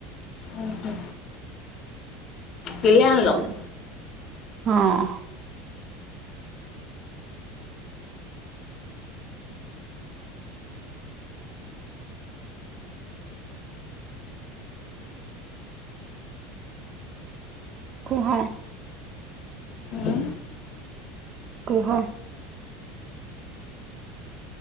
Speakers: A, on the left (about 45°); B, on the right (about 40°).
A: ଓହୋ କେଇ ଆଣଲୋ--?
B: ଆଉ ହଁ କୁହ
A: ହୁଁ
B: କୁହ?